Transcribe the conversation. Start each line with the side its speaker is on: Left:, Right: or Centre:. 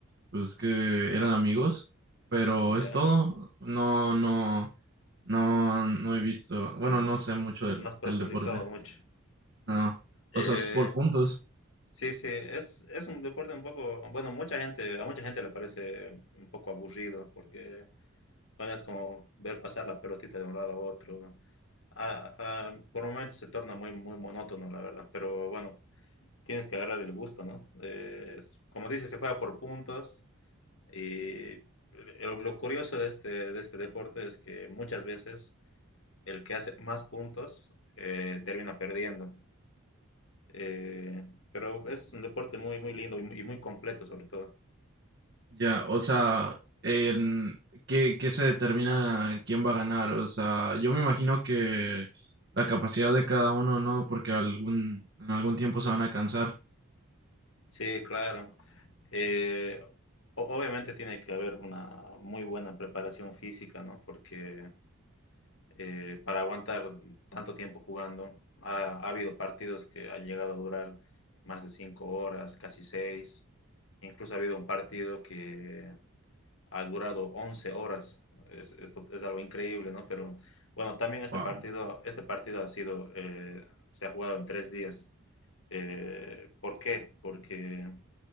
Right: pues, que eran amigos, pero
Left: ya,
Right: es todo. No, no, no, no he visto. Bueno,
Left: no,
Right: no sé mucho del,
Left: no has profundizado
Right: del deporte.
Left: mucho.
Right: No.
Left: Eh,
Right: O sea, es por puntos.
Left: sí, sí, es, es un deporte un poco, bueno, mucha gente, a mucha gente le parece un poco aburrido porque puedes como ver pasar la pelotita de un lado a otro. A, a, por momentos se torna muy, muy monótono, la verdad, pero bueno, tienes que agarrar el gusto, ¿no? Eh, es- como dices, se juega por puntos y lo, lo curioso de este, de este deporte es que muchas veces el que hace más puntos eh, termina perdiendo. Eh, pero es un deporte muy, muy lindo y muy, y muy completo sobre todo.
Right: Ya, o sea, en- ¿qué, qué se determina quién va a ganar? O sea, yo me imagino que la capacidad de cada uno, ¿no? Porque algún, en algún tiempo se van a cansar.
Left: Sí, claro. Eh, o- obviamente tiene que haber una muy buena preparación física, ¿no? Porque eh, para aguantar tanto tiempo jugando, ha, ha habido partidos que han llegado a durar más de cinco horas, casi seis. Incluso ha habido un partido que ha durado 11 horas. Es, esto es algo increíble, ¿no? Pero bueno, también este
Right: Wow.
Left: partido, este partido ha sido, eh, se ha jugado en tres días. Eh, ¿por qué? Porque